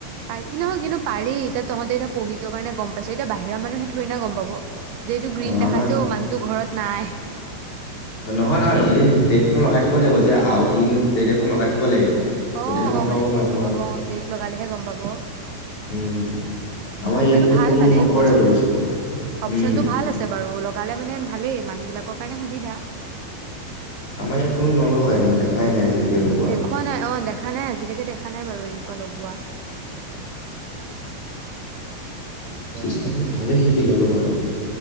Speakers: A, on the right; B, on the left.
A: পাৰি নহয় কিন্তু পাৰি এতিয়া তহঁতে এতিয়া পঢ়িছ কাৰণে গম পাইছ এতিয়া বাহিৰৰ মানুহে থৰি না গম পাব। যিহেতু গ্ৰীণ
B: অ
A: দেখাইছে
B: আমাৰ
A: অ মানুহতো ঘৰত নাই।
B: নহয় নহয় এনে প্লেটখন লগাই থব লাগিব যে আউট-ইন প্লেট এখন লগাই থব লাগিব। তেতিয়াহে
A: অ
B: গম
A: অ
B: পাব
A: মানে প্লেট
B: মানুহ
A: লগাব
B: আছে
A: অ প্লেট লগালেহে গম পাব।
B: উম আমাৰ ইয়াত
A: এইটো
B: কিন্তু
A: ভাল
B: কোনো
A: মানে
B: নকৰে
A: বস্তুটো
B: সেইটো বস্তু
A: অপচনতটো
B: উম
A: ভাল আছে। বাৰু লগালে মানে ভালেই মানুহ বিলাকৰ কাৰণে সুবিধা।
B: আমাৰ ইয়াত কোনো নলগাই দেখোন, দেখাই নাই আজিলৈকে লগোৱা।
A: দেখা নাই অ' দেখা নাই আজিলৈকে দেখা নাই বাৰু এনেকুৱা লগোৱা। <inaudible> সেয়েহে
B: চিষ্টেমটো ভালে শিকি ললোঁ বাৰু।